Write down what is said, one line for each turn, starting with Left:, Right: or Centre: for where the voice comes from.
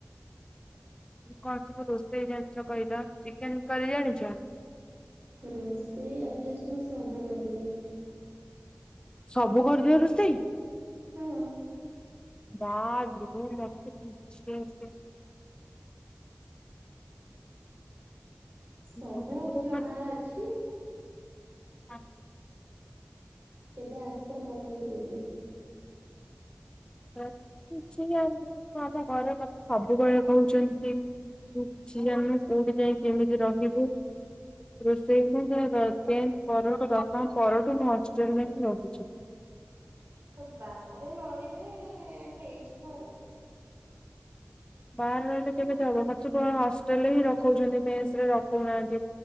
Left: କଣ ସବୁ ରୋଷେଇ ଜାଣିଛ କହିଲ ଚିକେନ କରି ଜାଣିଛ?
Right: ରୋଷେଇ ଏଭରେଜ ମୁଁ ସବୁ କରିଦିଏ।
Left: ସବୁ କରିଦିଅ ରୋଷେଇ।
Right: ହଁ।
Left: ମା ଲୁ ମତେ କିଛେ ସେ
Right: ସବୁ
Left: ମୁଁ
Right: ଜଣା ଅଛି।
Left: ଆ
Right: କେବେ ଆସ ବନେଇକି ଦେବି।
Left: ମୁ କିଛି ଜାଣିନି ଆମ ଘର ବାପା ସବୁବେଳେ କହୁଛନ୍ତି ତୁ କିଛି ଜାଣିନୁ କୋଉଠି ଯାଇ କେମିତି ରହିବୁ ରୋଷେଇ ମୁ ଟେଣ୍ଠ ପରଠୁ ଦଶମ ପରଠୁ ମୁଁ ହଷ୍ଟେଲରେ ହିଁ ରହୁଛି।
Right: ତ ବାହାରେ ରହିଲେ ହେଇଯିବ ଆଉ।
Left: ବାହାରେ ରହିଲେ କେମିତି ହବ ମୋତ ସବୁ ହଷ୍ଟେଲରେ ହିଁ ରଖଉଛନ୍ତି ମେସ ରେ ରଖଉନାହାନ୍ତି